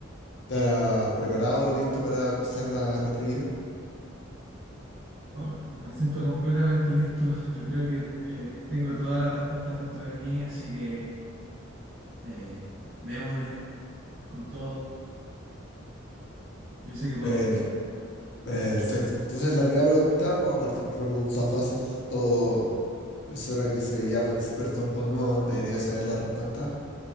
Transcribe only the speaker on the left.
¿Estás preparado, listo para empezar la, la trivia?
Per-
perfecto. Entonces, la primera pregunta, vamos a partir con una pregunta fácil. Todo persona que se llama experta en Pokémon debería saber la respuesta.